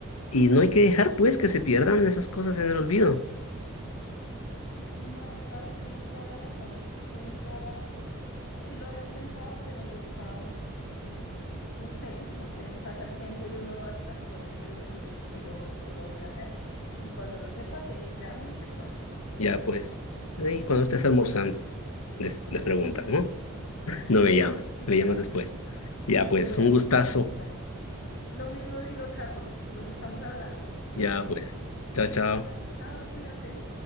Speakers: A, on the left (about 85°); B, on the left (about 60°).
A: Y no hay que dejar pues que se pierdan esas cosas en el olvido.
B: Sí, no, sabes, tienes toda la razón, tienes toda la razón. Sí lo había pensado, pero nunca. No sé, no sé, pasa el tiempo y uno no hace las cosas, pero sí, sí lo, sí lo voy a hacer. Y cuando lo sepa, te llamo y te cuento.
A: Ya pues, ahí cuando estés almorzando, les, les preguntas,
B: <laughs> Sí,
A: ¿no? No me
B: sí,
A: llamas,
B: exacto.
A: me llamas después. Ya pues,
B: Bueno,
A: un gustazo.
B: bueno. Lo mismo digo, Carlos, nos estamos hablando.
A: Ya pues, chao, chao.
B: Vale, chao, cuídate.